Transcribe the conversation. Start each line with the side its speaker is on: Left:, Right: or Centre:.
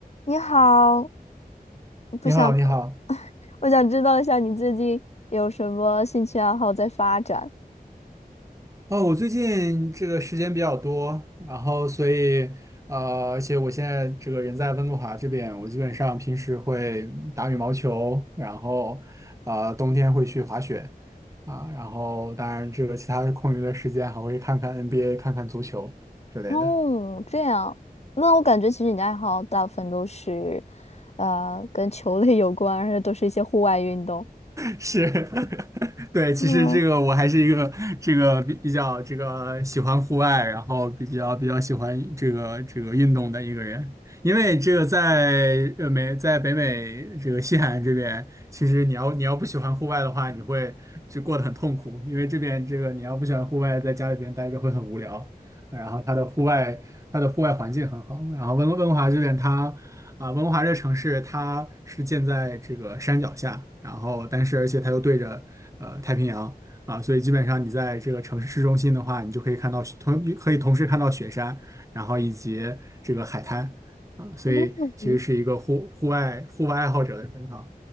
Left: 你好，不想，
Right: 你好，你好。
Left: 我想知道一下你最近有什么兴趣爱好在发展。
Right: 哦，我最近这个时间比较多，然后所以呃，而且我现在这个人在温哥华这边，我基本上平时会打羽毛球，然后呃，冬天会去滑雪啊，然后当然这个其他空余的时间还会看看 NBA，看看足球之类的。
Left: 嗯，这样，那我感觉其实你的爱好大部分都是，呃，跟球类有关，而且都是一些户外运动。
Right: 是，<laughs> 对，其实这个我还是一个这个比比较这个喜欢户外，
Left: 嗯，
Right: 然后比较比较喜欢这个这个运动的一个人，因为这个在呃美在北美这个西海岸这边，其实你要你要不喜欢户外的话，你会就过得很痛苦，因为这边这个你要不喜欢户外，在家里边待着会很无聊。然后它的户外它的户外环境很好，然后温哥温哥华这边它。啊，温哥华这个城市，它是建在这个山脚下，然后但是而且它又对着呃太平洋啊，所以基本上你在这个城市市中心的话，你就可以看到雪同可以同时看到雪山，然后以及这个海滩啊，所以其实是一个户户外户外爱好者的天堂。
Left: 嗯